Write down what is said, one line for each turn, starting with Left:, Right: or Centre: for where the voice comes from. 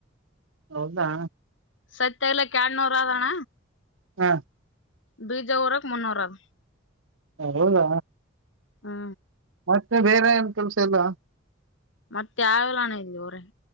Right: ಹೌದಾ
Left: ಸತ್ಯಹೊಗ್ಯಾಲಕ್ಕ ಎರಡ್ನೂರು ಆದ ಅಣ್ಣ.
Right: ಹಾ
Left: ಬೀಜ ಉರಾಕ ಮುನ್ನೂರು ಆದ.
Right: ಹ ಹೌದಾ
Left: ಹ್ಮ
Right: ಮತ್ತೆ ಬೇರೆ ಏನ್ ಕೆಲ್ಸ ಇಲ್ಲ.
Left: ಮತ್ತೆ ಯಾವ್ ಇಲ್ಲ ಅಣ್ಣ ಊರಾಗ.